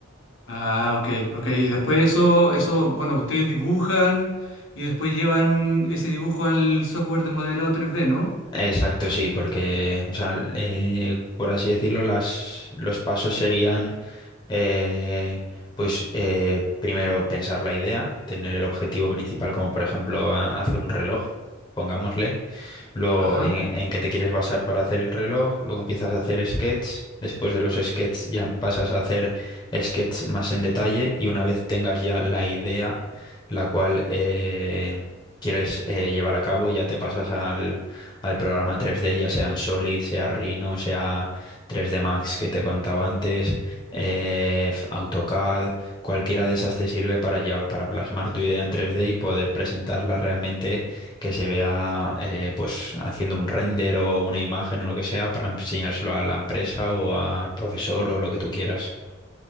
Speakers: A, on the left (about 70°); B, on the left (about 20°).
A: ah, ok, ok. Y después eso, eso, bueno, ustedes dibujan y después llevan ese dibujo al software de modelado 3D, ¿no?
B: Exacto, sí, porque, o sea, eh, por así decirlo, las, los pasos serían, eh, pues, eh, primero pensar la idea, tener el objetivo principal, como por ejemplo a- hacer un reloj, pongámosle. Luego,
A: Ajá.
B: en, en qué te quieres basar para hacer el reloj. Luego empiezas a hacer sketches. Después de los sketches ya pasas a hacer sketches más en detalle. Y una vez tengas ya la idea, la cual eh, quieres eh, llevar a cabo, ya te pasas al programa 3D, ya sea en Solid, sea Rhino, sea 3D Max que te contaba antes, eh, f- AutoCAD, cualquiera de esas te sirve para llevar, para plasmar tu idea en 3D y poder presentarla realmente que se vea eh, pues haciendo un render o una imagen o lo que sea para enseñárselo a la empresa o al profesor o lo que tú quieras.